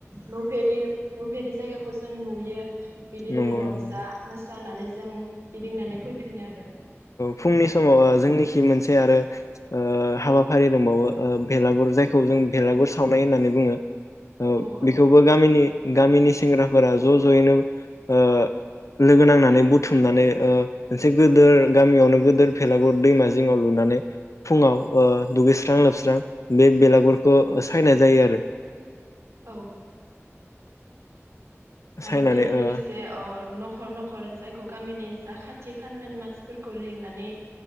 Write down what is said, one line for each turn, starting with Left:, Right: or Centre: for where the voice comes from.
Right: नुफेरि नुफेरि जायगाखौ खौ जों नुयो बिदिनो
Left: नंगौ
Right: रंजा
Left: नंगौ
Right: मोसा जानानै जों गिदिंनानै फैफिनो आरो
Left: फुंनि समाव ओ जोंनिखि मोनसे आरो हाबाफारि दंबावो ओ भेलागुर जायखौ जों भेलागुर सावनाय होननानै बुङो। ओ
Right: औ औ
Left: बेखौबो गामिनि-गामिनि सेंग्रा फोरा ज' ज'यैनो ओ लोगो नांनानै बुथुमनानै ओ मोनसे गोदोर गामियावनो गोदोर बेेलागुर दैमा जिङाव लुनानै फुङाव ओ दुगैस्रां लोबस्रां बे बेलागुरखौ सायनाय जायो आरो
Right: औ
Left: सायनानै
Right: आरो बेनि अ
Left: ओ
Right: लोगोसे न'खर न'खर जायखौ गामिनि जा खाथि खाथि खानलानि मानसिफोरखौ अ लिंनानै